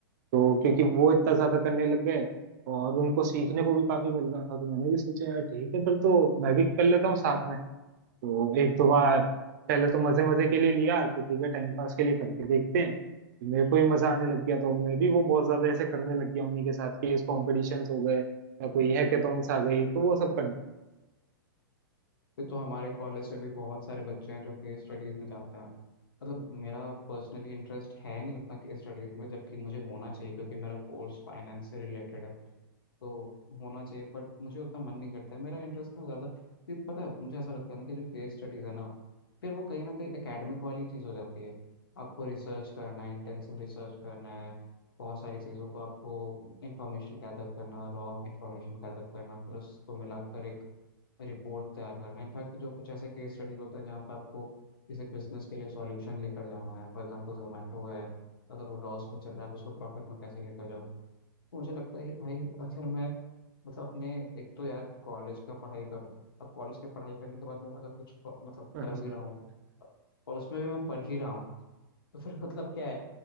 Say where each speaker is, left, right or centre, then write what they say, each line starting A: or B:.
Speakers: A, on the right; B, on the left.
A: तो क्योंकि वो इतना ज्यादा करने लग गए और उनको सीखने को भी काफी मिल रहा था तो मैंने भी सोचा यार ठीक है फिर तो मैं भी कर लेता हूँ साथ में तो एक दो बार पहले तो मजे मजे के लिए लिया कि ठीक है टाइम पास के लिए करके देखते हैं मेरे को भी मजा आने लग गया तो मैं भी वो बहुत ज्यादा ऐसे करने लग गया उन्हीं के साथ क्विज कॉम्पिटिशंस हो गए या कोई हैकेथॉन्स आ गई तो वो सब
B: फिर तो हमारे कॉलेज से भी बहुत सारे बच्चे हैं जो केस स्टडीज में जाते हैं मतलब मेरा पर्सनली इंटरेस्ट है नहीं उतना केस स्टडीज में जबकि मुझे होना चाहिए क्योंकि मेरा कोर्स फाइनेंस से रिलेटेड है तो होना चाहिए बट मुझे उतना मन नहीं करता है मेरा इंटरेस्ट ना ज़्यादा फिर पता है मुझे ऐसा लगता है ना कि जो केस स्टडीज़ है ना फिर वो कहीं ना कहीं एकेडमिक वाली चीज़ हो जाती है आपको रिसर्च करना है इंटेंसिव रिसर्च करना है बहुत सारी चीज़ों को आपको इंफॉर्मेशन गैदर करना रॉ इंफॉर्मेशन गैदर करना फिर उसको मिलाकर एक रिपोर्ट तैयार करना इनफैक्ट जो कुछ ऐसे केस स्टडीज होते हैं जहाँ पे आपको किसी बिजनेस के लिए सॉल्यूशन लेकर जाना है फॉर एग्जांपल जोमेटो है अगर वो लॉस में चल रहा है आप उसको प्रॉफिट में कैसे लेकर जाओ मुझे लगता है कि भाई अगर मैं मतलब अपने एक तो यार कॉलेज का पढ़ाई करूँ अब कॉलेज की पढ़ाई करने के बाद मैं अगर कुछ प- मतलब
A: करना
B: कर भी रहा हूँ और उसमें भी मैं पढ़ ही रहा हूँ तो फिर <laughs> मतलब क्या है